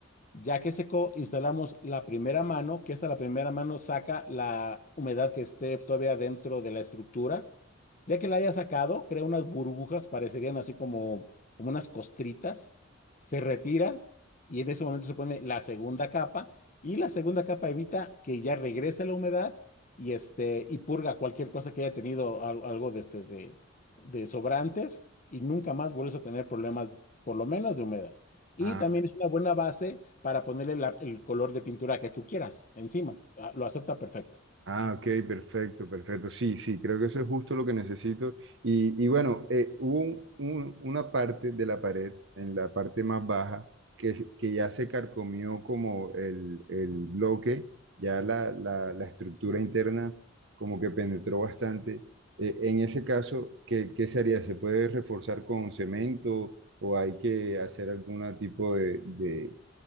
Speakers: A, on the left; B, on the right.
A: ya que secó, instalamos la primera mano, que esta la primera mano saca la humedad que esté todavía dentro de la estructura. Ya que la haya sacado, crea unas burbujas, parecerían así como, como unas costritas. Se retira y en ese momento se pone la segunda capa y la segunda capa evita que ya regrese la humedad y, este, y purga cualquier cosa que haya tenido al- algo de, este, de, de sobrantes y nunca más vuelves a tener problemas, por lo menos de humedad. Y
B: Ah,
A: también es una buena base para ponerle la- el color de pintura que tú quieras encima. Ah, Lo acepta perfecto.
B: ah, ok, perfecto, perfecto. Sí, sí, creo que eso es justo lo que necesito. Y, y bueno, eh, hubo un- un- una parte de la pared, en la parte más baja, que, que ya se carcomió como el, el bloque, ya la, la, la estructura interna como que penetró bastante. Eh, en ese caso, ¿qué, qué se haría? ¿Se puede reforzar con cemento o hay que hacer algún tipo de, de